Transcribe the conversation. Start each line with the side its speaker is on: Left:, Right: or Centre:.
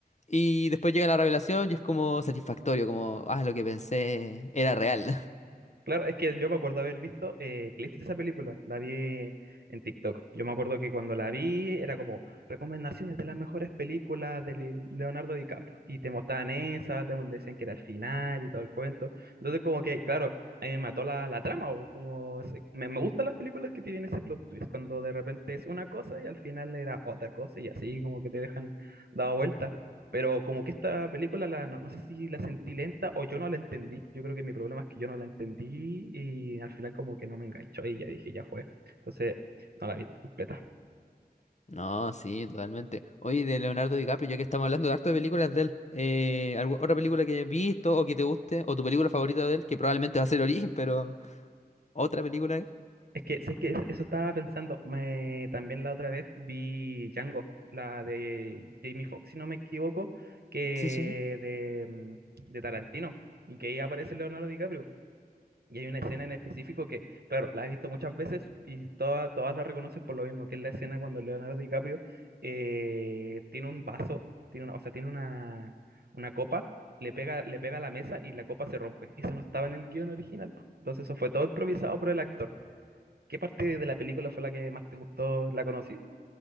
Left: y después llega la revelación y es como satisfactorio, como, ah, lo que pensé era real. <laughs>
Right: Claro, es que yo me acuerdo haber visto eh, clips de esa película, la vi en TikTok. Yo me acuerdo que cuando la vi era como recomendaciones de las mejores películas de Le- Leonardo DiCaprio y te mostraban esa, te decían que era el final y todo el cuento. Entonces como que, claro, a mí me mató la, la trama o como ese- me, me gustan las películas que tienen ese plot twist, cuando de repente es una cosa y al final era otra cosa y así como que te dejan dado vuelta. Pero como que esta película, la, no, no sé si la sentí lenta o yo no la entendí. Yo creo que mi problema es que yo no la entendí y al final como que no me enganchó y ya dije, ya fue. Entonces, no la vi completa.
Left: No, sí, totalmente. Oye, de Leonardo DiCaprio, ya que estamos hablando de harto de películas de él, eh, ¿algu- otra película que hayas visto o que te guste, o tu película favorita de él, que probablemente va a ser Origen, <laughs> pero otra película.
Right: Es que sé que es- eso estaba pensando. Me, también la otra vez vi Django, la de Jamie Foxx, si no me equivoco, que
Left: Sí, sí.
Right: de, mm, de Tarantino y que ahí aparece Leonardo DiCaprio. Y hay una escena en específico que, claro, la he visto muchas veces y todas, todas la reconoces por lo mismo, que es la escena cuando Leonardo DiCaprio eh, tiene un vaso, tiene una, o sea, tiene una, una copa, le pega, le pega a la mesa y la copa se rompe. Eso no estaba en el guión original. po. Entonces eso fue todo improvisado por el actor. ¿Qué parte de la película fue la que más te gustó, la conocí?